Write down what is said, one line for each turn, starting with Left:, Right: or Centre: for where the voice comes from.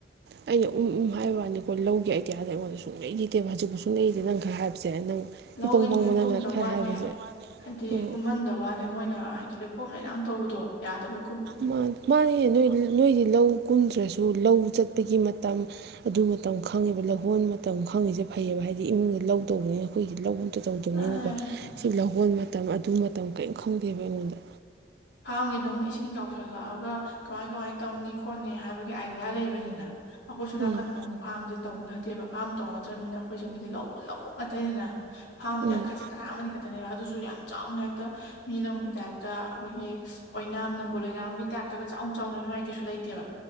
Right: ꯑꯩꯅ ꯎꯝ-ꯎꯝ ꯍꯥꯏꯕ ꯋꯥꯅꯤꯀꯣ ꯂꯧꯒꯤ ꯑꯥꯏꯗꯤꯌꯥꯖꯦ ꯑꯩꯉꯣꯟꯗ ꯁꯨꯡꯂꯩ ꯂꯩꯇꯦꯕ ꯍꯧꯖꯤꯛꯄꯨ ꯁꯨꯡꯂꯩ ꯂꯩꯇꯦ ꯅꯪ ꯈꯔ ꯍꯥꯏꯕꯁꯦ ꯅꯪ
Left: ꯂꯧꯒꯤꯗꯤꯅꯦ
Right: ꯏꯄꯪ ꯄꯪꯕ ꯅꯪꯅ
Left: ꯀꯨꯝꯗ
Right: ꯈꯔ
Left: ꯋꯥꯅꯦ
Right: ꯍꯥꯏꯕꯁꯦ
Left: ꯍꯥꯏꯗꯤ
Right: ꯎꯝ
Left: ꯀꯨꯝꯍꯟꯗ ꯋꯥꯅꯦ ꯃꯣꯏꯅ ꯍꯥꯏꯗꯤ ꯂꯩꯈꯣꯝ-ꯂꯩꯅꯥꯡ ꯇꯧꯕꯗꯣ ꯌꯥꯗꯕ
Right: ꯃꯥ ꯃꯥꯅꯦ ꯅꯣꯏ-ꯅꯣꯏꯗꯤ ꯂꯧ ꯀꯨꯝꯗ꯭ꯔꯣ ꯇ꯭ꯔꯁꯨ ꯂꯧ ꯆꯠꯄꯒꯤ ꯃꯇꯝ ꯑꯗꯨ ꯃꯇꯝ ꯈꯪꯉꯤꯕ ꯂꯧꯍꯣꯟ ꯃꯇꯝ ꯈꯪꯉꯤꯖꯦ ꯐꯩꯌꯦꯕ ꯍꯥꯏꯗꯤ ꯃꯤꯒꯤ ꯂꯧ ꯇꯧꯕꯅꯤꯅ ꯑꯩꯈꯣꯏꯗꯤ ꯂꯧꯕ ꯑꯝꯇ ꯇꯧꯗ꯭ꯔꯤꯕꯅꯤꯅꯀꯣ
Left: ꯑꯦ
Right: ꯁꯤ ꯂꯧꯍꯣꯟ ꯃꯇꯝ ꯑꯗꯨ ꯃꯇꯝ ꯀꯔꯤꯝ ꯈꯪꯗꯦꯕ ꯑꯩꯉꯣꯟꯗ꯫
Left: ꯐꯥꯔꯝꯒꯤꯅ ꯑꯃꯨꯛ ꯏꯁꯤꯡ ꯆꯥꯎꯁꯤꯜꯂꯛꯑꯒ ꯀꯃꯥꯏ-ꯀꯃꯥꯏꯅ ꯇꯧꯅꯤ ꯈꯣꯠꯅꯤ ꯍꯥꯏꯕꯒꯤ ꯑꯥꯏꯗꯤꯌꯥ ꯂꯩꯕꯅꯤꯅ꯫ ꯑꯈꯣꯏ ꯁꯣꯝ
Right: ꯎꯝ
Left: ꯅꯥꯀꯟꯗꯅ ꯑꯃꯨꯛ ꯐꯥꯔꯝꯖꯦ ꯇꯧꯅꯗꯦꯕ ꯐꯥꯔꯝ ꯇꯧꯅꯗ꯭ꯔꯃꯤꯅ ꯑꯩꯈꯣꯏ ꯁꯣꯝꯒꯤꯗꯤ ꯂꯧ ꯂꯧꯕꯨꯛ ꯉꯥꯛꯇꯅꯤꯗꯅ꯫ ꯐꯥꯝꯗꯤ
Right: ꯎꯝ
Left: ꯑ-ꯈꯖꯤꯛ-ꯈꯔꯥꯛ ꯑꯃꯅꯤ ꯈꯛꯇꯅꯦꯕ ꯑꯗꯨꯖꯨ ꯌꯥꯝ ꯆꯥꯎꯅ ꯍꯦꯛꯇ ꯃꯤ ꯂꯝꯒꯤ ꯇꯥꯏꯞꯇ ꯑꯩꯈꯣꯏꯒꯤ ꯑꯣꯏꯅꯥꯝ ꯅꯝꯕꯣꯜ ꯑꯣꯏꯅꯥꯝꯒꯤ ꯇꯥꯏꯞꯇꯒ ꯆꯥꯎꯅ-ꯆꯥꯎꯅ ꯑꯗꯨꯃꯥꯏꯅ ꯀꯩꯁꯨ ꯂꯩꯇꯦꯕ꯫